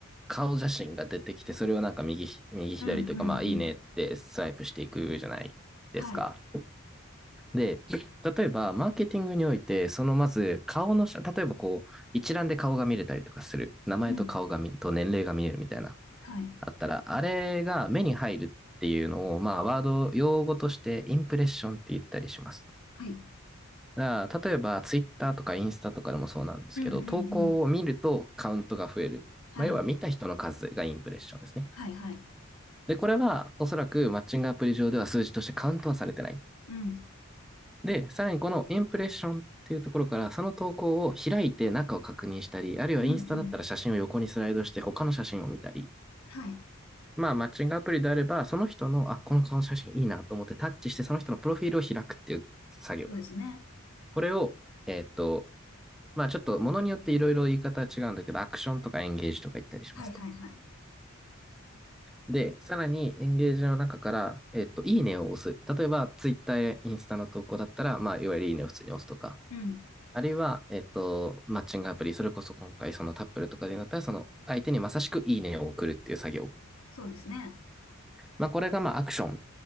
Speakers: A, in the centre; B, on the left.
A: 顔写真が出てきて、それをなんか右ひ、右左というかまあいいねってスワイプしていくじゃないですか。
B: うん、うん、うん。はい。
A: で、例えば、マーケティングにおいて、そのまず、顔の写、例えばこう、一覧で顔が見れたりとかする。名前と顔が見、
B: うん。
A: と年齢が見れるみたいな。
B: はい。
A: あったら、あれが目に入るっていうのを、まあ、ワード、用語として、インプレッションって言ったりします。
B: はい。
A: だから例えば、ツイッターとかインスタとかでもそうなんですけど、
B: うん、うん、
A: 投稿を見るとカウントが増える。
B: うん。はい。
A: まあ、要は見た人の数がインプレッションですね。
B: はい、はい。
A: で、これはおそらくマッチングアプリ上では数字としてカウントはされてない。
B: うん。
A: で、さらにこのインプレッションっていうところから、その投稿を開いて中を確認したり、あるいはインスタだったら写真を横にスライドして他の写真を見たり、
B: うん、うん。はい。
A: まあマッチングアプリであれば、その人の、あ、この顔の写真いいなと思ってタッチしてその人のプロフィールを開くっていう作業。
B: そうですね。
A: これを、えーっと、まあちょっと物によっていろいろ言い方は違うんだけど、アクションとかエンゲージとか言ったりしますと。
B: はい、はい、はい。
A: で、さらにエンゲージの中から、えっと、いいねを押す。例えば、ツイッターやインスタの投稿だったら、まあ、いわゆるいいねを普通に押すとか、
B: うん。
A: あるいは、えっと、マッチングアプリ、それこそ今回そのタップルとかでなったら、その相手にまさしくいいねを送るっていう作業。
B: そうですね。
A: まあ、これがまあアクション、